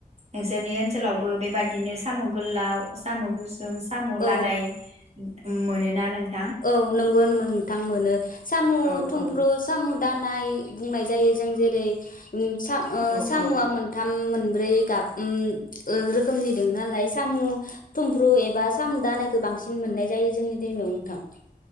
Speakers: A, on the right; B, on the left.
A: नोंसोरनि ओनसोलाब बो बेबादिनो सामुग गुरलाव सामु' गुसुं। साम' लादाय
B: औ
A: मोनोना नों
B: औ नोंगौन मोन थां मोनो। सामु
A: औ
B: थुमफ्रु
A: औ
B: सामु। दा नाय बुंनाय जायो जों जेरै। उम सा ओ
A: औ
B: सामुआ
A: औ
B: मोनथाम मोन ब्रै गाब उम ओ रोखोमनि दों नालाय सामु थुमफ्रु एबा सामु दानायखौ बांसिन मोननाय जायो जोंनि दैमायाव नोंथां। <inaudible>